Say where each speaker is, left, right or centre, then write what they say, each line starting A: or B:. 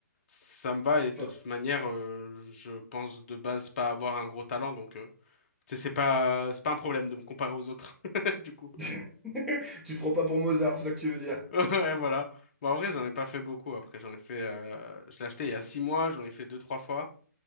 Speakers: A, on the left (about 40°); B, in the centre.
A: ça me va et de
B: Enfin,
A: toute manière, euh, je pense de base pas avoir un gros talent, donc. euh, Tu sais, C'est pas, c'est pas un problème de me comparer aux autres, <laughs> du coup.
B: <laughs>
A: <laughs>
B: Tu te prends pas pour Mozart, c'est ça que tu veux dire?
A: Ouais, voilà. Bon, en vrai, j'en ai pas fait beaucoup. Après, j'en ai fait, euh, je l'ai acheté il y a six mois, j'en ai fait deux, trois fois.